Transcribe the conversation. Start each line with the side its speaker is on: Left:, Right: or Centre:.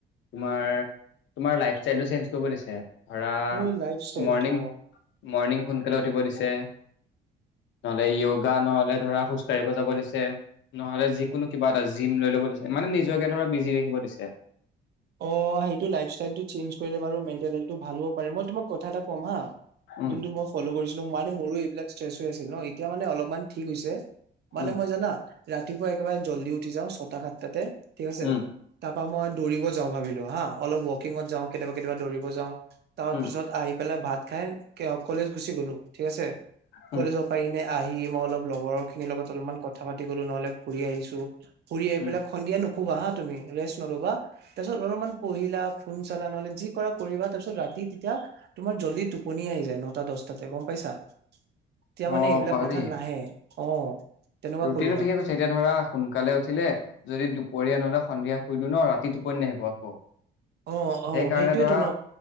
Left: তোমাৰ তোমাৰ লাইফষ্টাইলটো চেঞ্জ কৰিব দিছে। ধৰা
Right: অ লাইফ ষ্টাইলটো
Left: মৰ্ণিং মৰ্ণিং সোনকালে উঠিব দিছে। নহলে য়োগা, নহলে ধৰা খোজ কঢ়িব যাব দিছে। নহলে যিকোনো কিবা এটা জিম লৈ ল'ব দিছে, মানে নিজকে ধৰা বিজি ৰাখিব দিছে।
Right: অ, সেইটো লাইফ ষ্টাইলটো চেঞজ কৰিলে বাৰু মেণ্টেল হেলথটো ভাল হ'ব পাৰে, মই তোমাক কথা এটা ক'ম হা।
Left: উম,
Right: যোনটো মই ফ'ল' কৰিছিলো মানে মোৰো এইবিলাক ষ্ট্ৰেচ হৈ আছিল ন'। এতিয়া মানে অলপমান ঠিক হৈছে। মানে
Left: উম,
Right: মই জানা ৰাতিপুৱা একেবাৰে জল্দি উঠি যাওঁ, ছটা, সাতটাতে, ঠিক আছে।
Left: উম,
Right: তাপা মই দৌৰিব যাওঁ ভাবিলো হা, অলপ ৱকিঙত যাওঁ কেতিয়াবা কেতিয়াবা দৌৰিব যাওঁ। তাৰ
Left: উম,
Right: পিছত আহি পেলাই ভাত খাই কলেজ গুছি গ'লো, ঠিক আছে।
Left: উম,
Right: কলেজত পাই কেনে আহি, মই অলপ লগৰ খিনিৰ লগত অলপমান কথা পাতি গ'লো নহলে ফুৰি আহিছো, ফুৰি আহি
Left: উম,
Right: পেলাই সন্ধিয়া নুশুবা হা। তুমি ৰেছ নলবা। তাৰপিছত অলপমান পঢ়িলা, ফোন চালা নহলে যি কৰা কৰিবা তাৰপিছত ৰাতি তেতিয়া তোমাৰ জল্দি টোপনি আহি যায় নটা, দশটাতে গম পাইছা?
Left: <inaudible>
Right: তেতিয়া মানে এইবিলাক
Left: পাৰি।
Right: কথা নাহে অ। তেনেকুৱা
Left: ৰুটিনটো
Right: কৰিবা
Left: ঠিকে কৈছ এতিয়া ধৰা সোনকালে উঠিলে যদি দুপৰীয়া নহলে সন্ধিয়া শুই দিও ন' ৰাতি টোপনি নাহিব আকৌ।
Right: অ অ
Left: সেইকাৰণে
Right: সেইটোয়েতো
Left: ধৰা
Right: ন